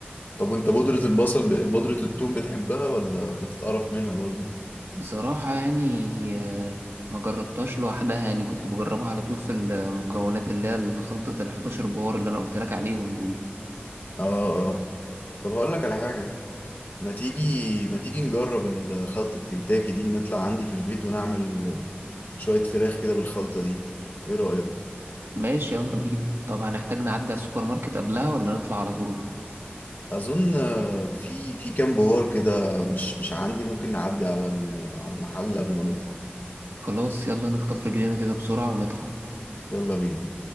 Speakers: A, on the left; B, on the right.
A: طب وانت بودرة البصل ب- بودرة التوم بتحبها ولا بتتقرف منها برضو
B: بصراحه يعني آه، ما جربتهاش لوحدها يعني كنت بجربها على طول في المكونات اللي هي خلطه ال 11 بهار اللي انا قلت لك عليهم دول
A: اه اه طب هقول لك على حاجة ما تيجي ما تيجي نجرب ال- خلطة كنتاكي دي نطلع عندي في البيت ونعمل شوية فراخ كده بالخلطة دي ايه رأيك
B: ماشي يلا بينا طب هنحتاج نعدي على السوبر ماركت قبلها ولا نطلع على طول
A: اظن آه، في في كام بهار كده مش مش عندي ممكن نعدي على ال- على المحل قبل ما نطلع
B: خلاص يلا نخطف رجلينا كده بسرعة ونطلع
A: يلا بينا